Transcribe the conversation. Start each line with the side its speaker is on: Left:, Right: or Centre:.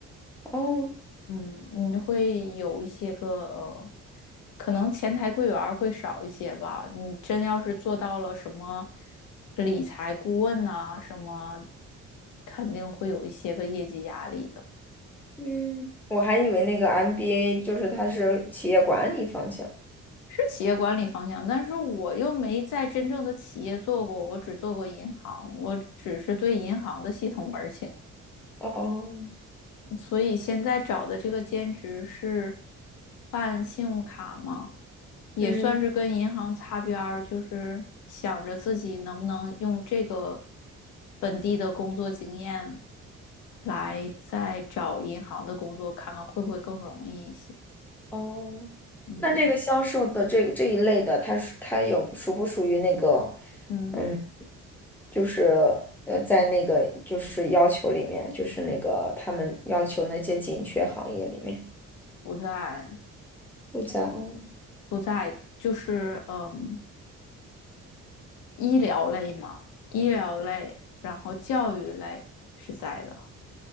Centre: 哦
Left: 嗯，你会有一些个呃，可能前台柜员儿会少一些吧。你真要是做到了什么理财顾问呐、什么肯定会有一些个业绩压力的。
Centre: 嗯，我还以为那个 MBA 就是它是企业管理方向。
Left: 是企业管理方向，但是我又没在真正的企业做过，我只做过银行，我只是对银行的系统门儿清。
Centre: 哦，
Left: 所以现在找的这个兼职是办信用卡吗？也算是跟银行擦边儿，
Centre: 嗯，
Left: 就是想着自己能不能用这个本地的工作经验来再找银行的工作，看看会不会更容易一些。
Centre: 哦，
Left: 嗯
Centre: 那这个销售的这个这一类的，它属它有属不属于那个，
Left: 嗯，
Centre: 嗯，就是呃，在那个就是要求里面，就是那个他们要求那些紧缺行业里面
Left: 不在
Centre: 不在哦，
Left: 不在，就是嗯，医疗类嘛，医疗类，然后教育类是在的。